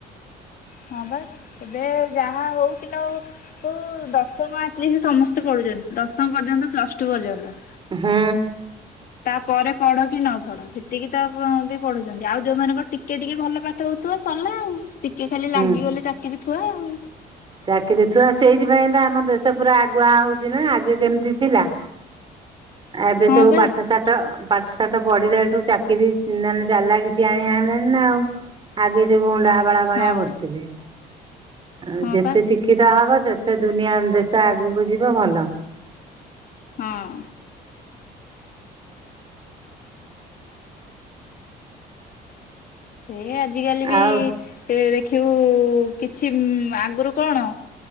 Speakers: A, on the left; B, on the right.
A: ହଁ ବା, ଏବେ ଯାହା ହଉ କି ନହୋଉ ତ ଦଶମ ଆଟଲିଷ୍ଟ ସମସ୍ତେ ପଢୁଛନ୍ତି ଦଶମ ପର୍ଯ୍ୟନ୍ତ ପ୍ଲସ ଟୁ ପର୍ଯ୍ୟନ୍ତ।
B: ହୁଁ।
A: ତାପରେ ପଢ କି ନ ପଢ ସେତିକି ତ ବି ପଢୁଛନ୍ତି। ଆଉ ଯୋଉମାନଙ୍କ ଟିକେ ଟିକେ ଭଲ ପାଠ ଟ ହଉଥିବା ସରିଲା ଆଉ। ଟିକେ ଖାଲି
B: ହୁଁ।
A: ଲାଗିଗଲେ ଚାକିରି ଥଥିବାଆ ଆଉ।
B: ଚାକିରି ଥୁଆ ସେଇଥିପାଇଁ ତ ଆମ ଦେଶ ପୁରା ଆଗୁଆ ହଉଛି ନା ଆଗେ କେମିତି ଥିଲା ଏବେ
A: ହଁ
B: ସବୁ
A: ପା
B: ପାଠ ସାଠ ପାଠ ସାାଠ ପଢିଲାଠୁ ଚାକିରି ମାନେ ଚାଲିଲା କିଛି ସିଆଣିଆ ହେଲାଣି ନା ଆଉ ଆଗେ ସବୁ ହୁଣ୍ଡା ଗଳା ଭଳିଆ
A: ହଁ
B: ବସିଥିଲେ ଆ
A: ହଁ
B: ଯେତେ
A: ପା
B: ଶିଖ ଅିକିଦ ହେବ ସେତେ ଦୁନିଆ ଦେଶ ଆଗକୁ ଯିବ ଭଲ
A: ହଁ ସେ ଆଜିକାଲି ବି
B: ଆଉ
A: ଏ ଦେଖିବୁ କିଛି ଆଗରୁ କଣ